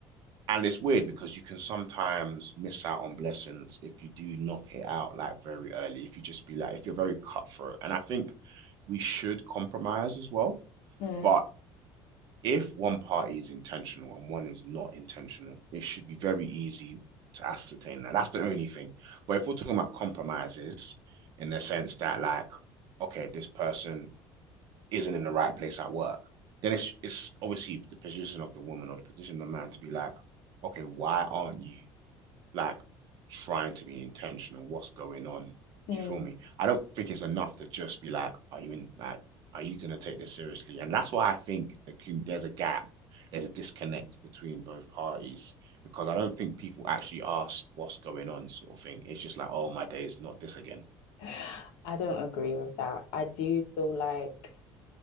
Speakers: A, on the right (about 50°); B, on the left (about 80°).
A: and it's weird because you can sometimes miss out on blessings if you do knock it out like very early. If you just be like, if you're very cutthroat, and I think we should compromise as well.
B: Mm,
A: But if one party is intentional and one is not intentional, it should be very easy to ascertain that. That's the only thing. But if we're talking about compromises in the sense that, like, okay, this person isn't in the right place at work, then it's it's obviously the position of the woman or the position of the man to be like, okay, why aren't you like trying to be intentional. What's going on? Do
B: mm.
A: you feel me? I don't think it's enough to just be like, are you in like, are you gonna take this seriously? And that's why I think the there's a gap, there's a disconnect between both parties because I don't think people actually ask what's going on, sort of thing. It's just like, oh, my day is not this again.
B: I don't agree with that. I do feel like